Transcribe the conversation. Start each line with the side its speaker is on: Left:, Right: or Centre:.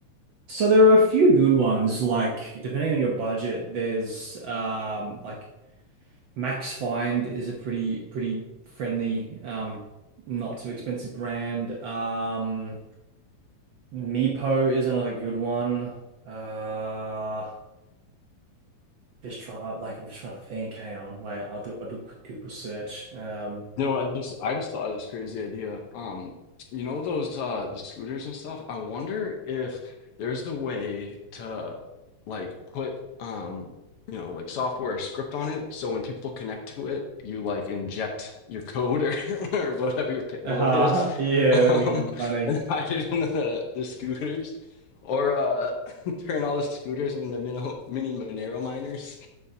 Right: so there are a few good ones like depending on your budget, there's um like Max Find is a pretty pretty friendly um not too expensive brand. Um, Meepo is another good one. Uh, just trying, like, I'm just trying to think. Hang on, wait, I'll do, I'll do a quick Google search. Um,
Left: You know, what, I just I just thought of this crazy idea. Um, you know those uh the scooters and stuff. I wonder if there's a way to like put um you know like software or script on it, so when people connect to it, you like inject your code or <laughs> or whatever your payload
Right: <laughs> aha,
Left: is,
Right: yeah, that'd
Left: um,
Right: be kind of funny.
Left: and <laughs> hide it in the the scooters. Or uh, <laughs> turn all the scooters into mini mini Monero miners.